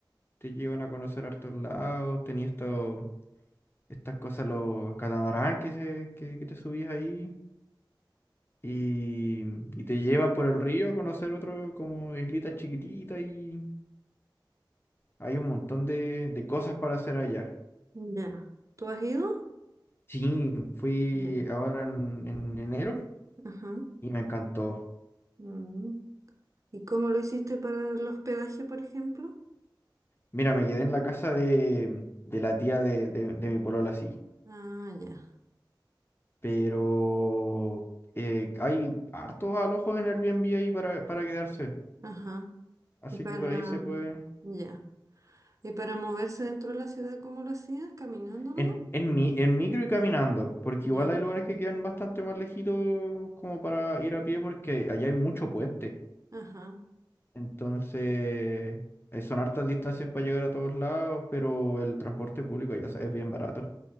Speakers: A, on the left (about 30°); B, on the right (about 40°).
A: te llevan a conocer hartos lados. Tenías esto. estas cosas, los catamarán que, se, que, que te subís ahí y, y te llevan por el río a conocer otro como islitas chiquititas y hay un montón de, de cosas para hacer allá.
B: Ya. ¿Tú has ido?
A: Sí, fui
B: Ya.
A: ahora en, en enero
B: Ajá.
A: y me encantó.
B: Mm. ¿Y cómo lo hiciste para el hospedaje, por ejemplo?
A: Mira, me quedé en la casa de, de la tía de, de, de mi polola, sí,
B: Ah, ya.
A: pero eh, hay hartos alojos en Airbnb ahí para, para quedarse,
B: Ajá.
A: así
B: Y para...
A: que por ahí se puede,
B: Ya. ¿Y para moverse dentro de la ciudad, cómo lo hacías? ¿Caminando nomás?
A: En, en, mi, en micro y caminando, porque
B: Ya.
A: igual hay lugares que quedan bastante más lejitos como para ir a pie porque allá hay mucho puente.
B: Ajá.
A: Entonces, eh, son hartas distancias para llegar a todos lados, pero el transporte público ya es bien barato.